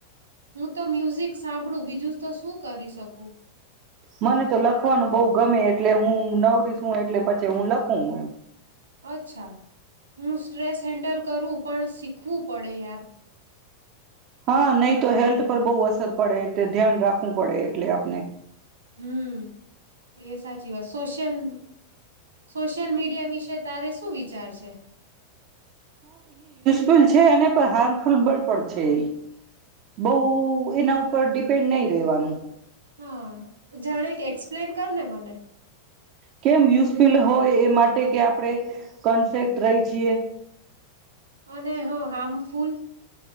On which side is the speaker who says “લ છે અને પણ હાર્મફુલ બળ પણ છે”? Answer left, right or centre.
Right